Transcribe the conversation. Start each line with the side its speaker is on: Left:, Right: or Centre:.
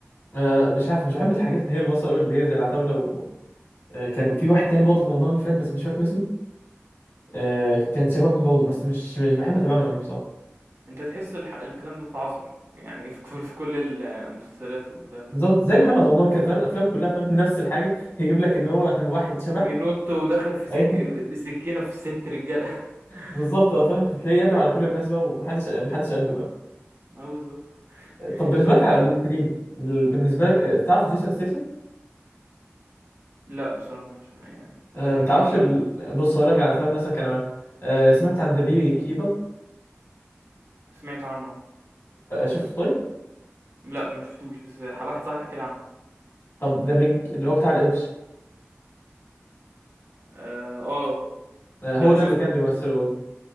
Left: آه، مش عارف مش بحب الحاجات اللي هي المصري قوي اللي هي زي العتاوله و... آه، كان في واحد تاني برضه في رمضان اللي فات بس مش فاكر اسمه آه، كان شبههم برضه بس مش مش بحب اتابعهم قوي بصراحه
Right: انت تحس الح... الكلام ده اتعصر يعني في كل في كل المسلسلات والبتاع ده
Left: بالظبط زي محمد رمضان كده فاهم افلام كلها فاهم <laughs> نفس الحاجه يجيب لك ان هو <laughs> واحد شبح
Right: بينط وداخل في سك...
Left: اي <laughs>
Right: بسكينه في ست رجاله <laughs>
Left: بالظبط
Right: اه
Left: اه فاهم تلاقيه قادم على كل الناس بقى ومحدش محدش قده بقى
Right: اه بالظبط
Left: طب بالنسبه
Right: طب
Left: لك على الممثلين ال- بالنسبه لك آه، تعرف جيسون ستيسن
Right: لا بصراحه مش يعني
Left: آه،
Right: ده كان
Left: ما تعرفش
Right: ايه إيه
Left: ال... بص هقول لك على افلام مثلا كان عملها آه، سمعت عن ذا بي كيبر
Right: سمعت عنه،
Left: شفته طيب
Right: لأ ما شفتوش، بس ح واحد صاحبي حكى لي عنه.
Left: طب ذا ميج اللي هو بتاع القرش
Right: آآ، آه،
Left: آه، هو
Right: لأ
Left: ده
Right: شُفته
Left: اللي كان
Right: ده،
Left: بيمثله برضه